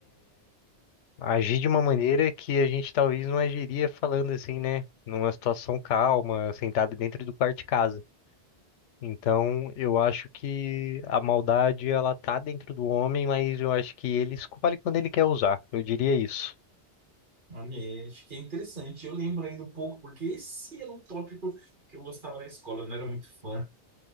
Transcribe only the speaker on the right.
Olha, acho que é interessante. Eu lembro ainda um pouco, porque esse era um tópico que eu gostava na escola, eu não era muito fã.